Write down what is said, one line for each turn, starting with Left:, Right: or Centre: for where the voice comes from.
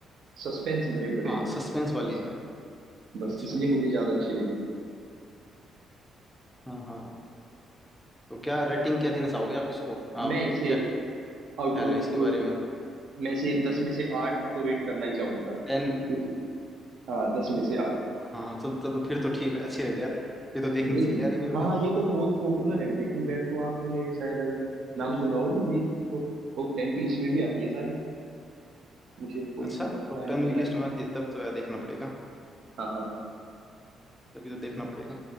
Right: सस्पेंस भरे पड़े
Centre: हाँ
Right: हैं
Centre: सस्पेंस वाली
Right: बस
Centre: है
Right: बस
Centre: अच्छा
Right: इसलिए मुझे ज्यादा अच्छी लगी
Centre: हाँ हाँ तो क्या रेटिंग क्या देना चाहोगे आप इसको
Right: मैं
Centre: आप
Right: इसे
Centre: क्या ख्याल
Right: आउट ऑफ
Centre: है इसके बारे में
Right: में से दस में से आठ तो रेट करना ही चाहूंगा क्योंकि
Centre: टेन
Right: हाँ दस में से आठ
Centre: हाँ हाँ चल चल तो फिर तो ठीक है अच्छी लगी यार ये तो देखनी
Right: ब्रेकिंग
Centre: चाहिए यार ये मेरे को
Right: हाँ
Centre: हाँ,
Right: ये तो बहुत पॉपुलर है ब्रेकिंग बैड
Centre: हाँ।
Right: तो आपने शायद अगर नाम सुना हो ये तो टॉप टेन की लिस्ट में भी आती है शायद मुझे कोई
Centre: अच्छा
Right: पक्का
Centre: टॉप
Right: नहीं
Centre: टेन
Right: पता
Centre: की लिस्ट
Right: है
Centre: में आती है तब तो यार देखना पड़ेगा
Right: हाँ हाँ
Centre: तभी तो देखना पड़ेगा